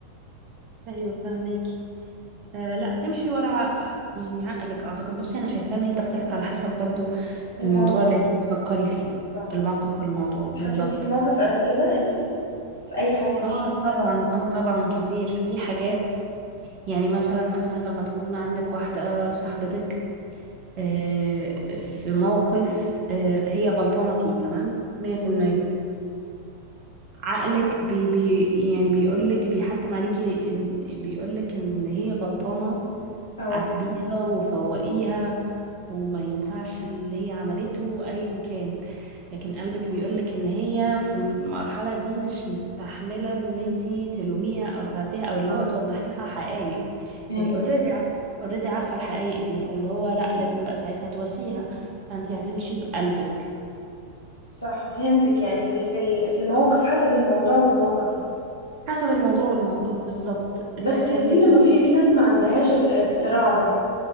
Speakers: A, on the right (about 40°); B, on the right (about 80°).
A: ايوه فاهماكي آه لا تمشي ورا ع- يعني عقلك اعتقد بصي انا شايفه ان هي بتختلف على حسب برضو
B: الموقف
A: الموضوع اللي انت بتفكري فيه
B: صح
A: الموقف والموضوع بالظبط
B: اتحطيتي في موقف قبل كده انت في اي حاجه مش
A: اه
B: شرط
A: طبعا اه طبعا كتير في حاجات يعني مثلا مثلا لما تكون عندك واحده صاحبتك آه في موقف آه هي غلطانه فيه تمام 100% عقلك بي بي يعني بيقولك بيحتم عليكي إن- بيقولك ان هي غلطانه
B: اه
A: عاتبيها وفوقيها وما ينفعش اللي هي عملته ايا كان لكن قلبك بيقولك ان هي في المرحلة دي مش مستحملة ان انتي تلوميها او تعديها او اللي
B: آه،
A: هو توضحي لها حقائق
B: فهمت
A: هي اوريدي اوريدي عارفة الحقائق دي فاللي هو لا لازم بقى ساعتها تواسيها فانتي هتمشي بقلبك
B: صح فهمتك يعني في ال- في ال- في الموقف حسب الموضوع والموقف
A: حسب الموضوع والموقف بالظبط
B: بس
A: لكن
B: هي دي لما في في ناس ما عندهاش ال- الصراع ده